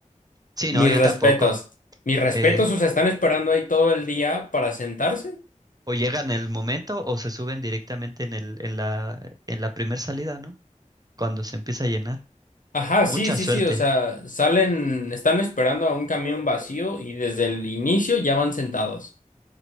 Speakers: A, on the right; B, on the left.
A: Sí,
B: Mis
A: no, yo
B: respetos.
A: tampoco.
B: Mis respetos,
A: eh,
B: o sea, están esperando ahí todo el día para sentarse.
A: O llegan en el momento o se suben directamente en el, en la, en la primera salida, ¿no? Cuando se empieza a llenar.
B: Ajá,
A: Mucha
B: sí, sí,
A: suerte.
B: sí, o sea, salen, están esperando a un camión vacío y desde el inicio ya van sentados.